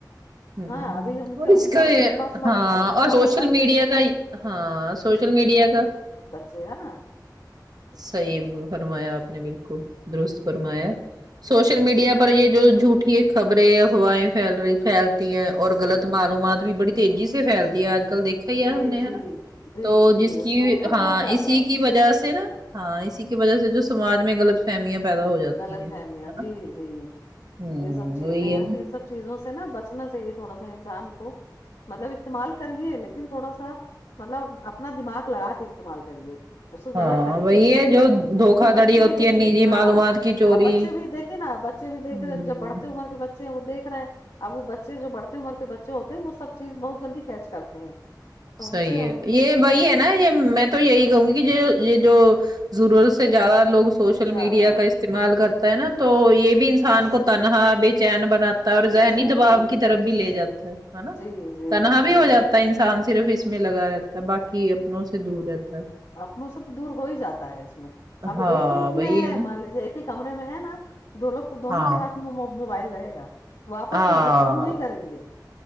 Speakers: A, on the right; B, on the left.
A: ہوں
B: ہاں ابھی ان
A: اور
B: کے ان
A: اس کا یہ
B: ان کے پاس
A: ہاں
B: وقت ہے تو اپنا
A: اور سوشل
B: مطلب
A: میڈیا کا ہی ہاں سوشل میڈیا کا
B: چی ہے نا
A: صحیح فرمایا آپ نے بالکل درست فرمایا سوشل میڈیا پر یہ جو جھوٹی خبریں افوائیں پھیل رہی پھیلتی ہیں اور غلط معلومات بھی بڑی تیزی سے پھیلتی ہے آج کل دیکھا
B: جی
A: ہی
B: جی
A: ہے ہم نے
B: جی
A: ہے نا
B: جی
A: تو
B: جی
A: جس
B: اس
A: کی
B: کا وہ تو
A: ہاں
B: بہت زیادہ
A: اسی کی وجہ سے نا ہاں اسی کی وجہ سے جو سماج میں غلط فہمیاں پیدا ہو جاتی
B: غلط
A: ہیں
B: فہمیاں
A: ہے نا
B: جی جی
A: ہوں
B: یہ سب چیزیں
A: وہی
B: ہیں
A: ہے نا
B: تو یہ سب چیزوں سے نا بچنا چاہیے تھوڑا سا انسان کو مطلب استعمال کرئے لیکن تھوڑا سا مطلب اپنا دماغ لگا کے استعمال کریے اس کو
A: ہاں
B: غلط طریقے
A: وہی
B: سے
A: ہے
B: نہیں
A: جو دھوکا
B: کیونکہ
A: دھڑی
B: بچے
A: ہوتی
B: بھی دیکھیے
A: ہے نجی
B: ہاں
A: معلومات کی چوری
B: اب بچے بھی دیکھے نا بچے بھی دیکھے
A: ہوں
B: جب بڑھتے عمر کے بچے ہیں وہ دیکھ رے اب وہ بچے جو بڑھتے عمر کے بچے ہوتے ہیں وہ سب چیز بہت جلدی کیچ کرتے ہیں تو ان
A: صحیح
B: سے ان
A: ہے یہ وہی ہے نا یہ میں تو یہی کہوں گی یہ جو ضرورت سے زیادہ لوگ سوشل
B: زیادہ
A: میڈیا کا اس تعمال کرتا ہے نا تو یہ بھی انسان کو تنہا بے چین بنا ٹا ہے اور
B: بے
A: ذہنی
B: چین
A: دباؤ
B: جی
A: کی طرف بھی لے جاتا ہے ہے نا
B: جی جی
A: تنہا
B: جی
A: بھی ہو جاتا ہے انس ان صرف اس میں لگا رہتا ہے باقی اپنوں سے دور رہتا ہے
B: اپنوں سے تو دور ہو ہی جاتا ہے اس میں اب
A: ہاں
B: ایک ہی روم
A: وہی
B: میں ہے
A: نا
B: مان لیجے ایک ہی کمرے میں ہے نا دو لوگ تو دونوں
A: ہاں
B: کے ہاتھ میںو موبائل رہے گا وہ آپس
A: ہاں
B: میں گفتگو نہیں کریں گے